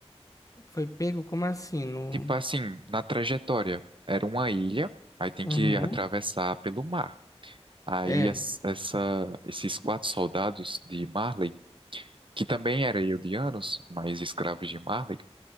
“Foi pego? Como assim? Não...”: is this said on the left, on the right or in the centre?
Left